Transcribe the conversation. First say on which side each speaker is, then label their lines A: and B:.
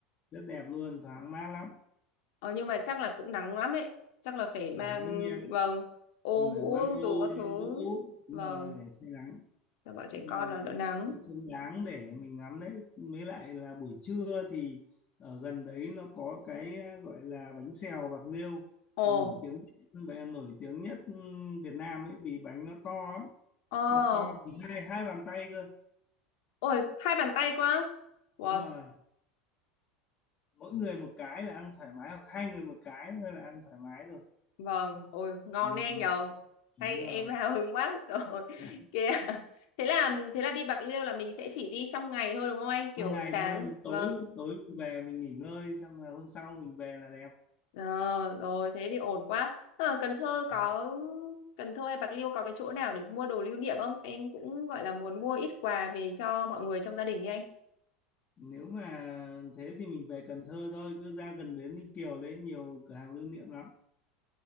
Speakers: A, on the left; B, on the left.
A: rất đẹp luôn thoáng mát lắm
B: Ờ, nhưng mà chắc là cũng nắng lắm đấy. Chắc là phải mang
A: à tất nhiên
B: vâng ô
A: mình
B: mũ
A: phải mang
B: dù
A: ô
B: có thứ
A: mang mũ đúng
B: vâng
A: rồi để che nắng
B: cho bọn trẻ
A: nhưng
B: con
A: mà
B: nó đỡ nắng.
A: cũng xứng đáng để mình ngắm đấy mới lại là buổi trưa thì ở gần đấy nó có cái gọi là bánh xèo Bạc Liêu
B: Ồ,
A: là nổi tiếng và nổi tiếng nhất Việt Nam ấy vì bánh nó to lắm
B: ờ,
A: nó to bằng hai hai bàn tay cơ
B: ôi hai bàn tay quá. Wow,
A: đúng rồi mỗi người một cái là ăn thoải mái hoặc hai người một cái thôi là ăn thoải mái rồi
B: Vâng, ôi ngon
A: ừ,
B: đấy anh
A: ừ,
B: nhờ.
A: đúng
B: Hay em
A: rồi
B: hào hứng quá rồi. <laughs>
A: à,
B: Kìa. Thế là thế là đi Bạc Liêu là mình sẽ chỉ đi trong ngày thôi đúng không anh? Kiểu
A: ban ngày
B: sáng.
A: thôi thì tối
B: Vâng.
A: tối mình về mình nghỉ ngơi xong là hôm sau mình về là đẹp
B: Ờ, rồi thế thì ổn quá. Ờ, Cần Thơ có
A: Ừ.
B: Cần Thơ hay Bạc Liêu có cái chỗ nào để mua đồ lưu niệm không? Em cũng gọi là muốn mua ít quà về cho mọi người trong gia đình đi anh.
A: nếu mà thế thì mình về Cần Thơ thôi cứ ra gần bến Ninh Kiều đấy nhiều cửa hàng lưu niệm lắm